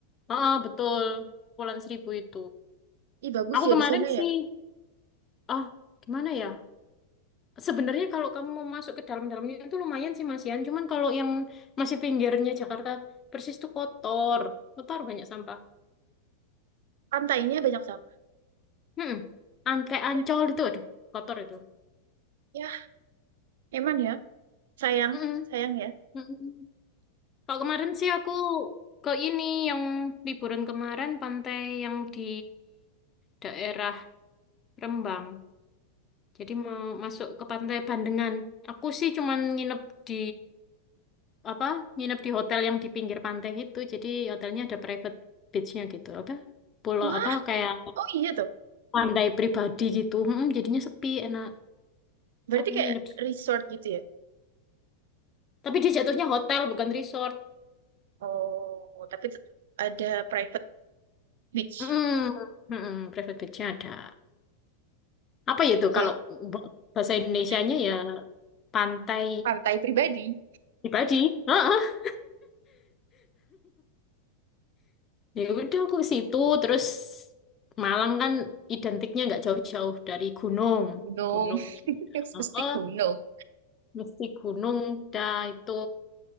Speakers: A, on the left; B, on the right.
A: Heeh, betul. Kepulauan Seribu itu.
B: ih bagus
A: Aku
B: ya
A: kemarin
B: di sana
A: sih,
B: ya
A: ah, gimana ya? Sebenarnya kalau kamu mau masuk ke dalam-dalamnya itu lumayan sih Mas Yan. Cuman kalau yang masih pinggirnya Jakarta Persis tuh kotor. Kotor banyak sampah.
B: pantainya banyak sampah
A: Hmm. An- kayak
B: ya,
A: Ancol itu, aduh, kotor itu.
B: ya emang ya sayang
A: Mm-mm.
B: sayang ya
A: Mm-mm. Kalau kemarin sih aku ke ini yang liburan kemarin pantai yang di daerah Rembang. Jadi mau masuk ke Pantai Bandengan. Aku sih cuman nginep di apa? Nginep di hotel yang di pinggir pantai gitu. Jadi hotelnya ada private beach-nya gitu. Apa? Pulau
B: wah
A: apa kayak
B: oh iya toh
A: pantai pribadi gitu. Mm, jadinya sepi, enak.
B: Berarti
A: Aku
B: kayak
A: nginep.
B: resort gitu ya?
A: Tapi dia jatuhnya hotel bukan resort.
B: Oh, tapi tet- ada private beach.
A: Mm, mm, private beach-nya ada. Apa ya itu
B: Oh
A: kalau
B: iya,
A: bahasa Indonesianya
B: maksudnya
A: ya pantai
B: pantai pribadi,
A: pribadi. <laughs> Ya udah aku ke situ terus Malang kan identiknya nggak jauh-jauh dari gunung.
B: gunung,
A: Gunung.
B: <laughs>
A: oh
B: mesti gunung.
A: mesti gunung dah itu.